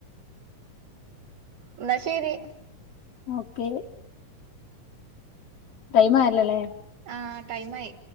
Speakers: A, on the right; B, on the left.
A: എന്ന ശരി
B: ഓക്കെ ടൈം ആയല്ലല്ലെ
A: ആ ടൈം ആയി